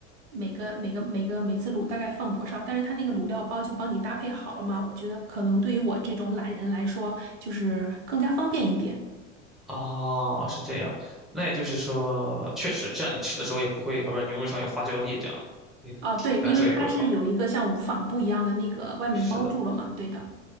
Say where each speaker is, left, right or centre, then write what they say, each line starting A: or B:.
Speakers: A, on the right; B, in the centre.
A: 每个每个每个每次卤大概放多少，但是它那个卤料包就帮你搭配好了嘛，我觉得可能对于我这种懒人来说，就是更加方便一点。
B: 哦，是这样，那也就是说，确实这样你吃的时候也不会，好比说牛肉上有花椒粒这样，你体感受也会好。
A: 啊，对，因为它是有一个像无纺布一样的那个外面包住了嘛，
B: 是的。
A: 对的。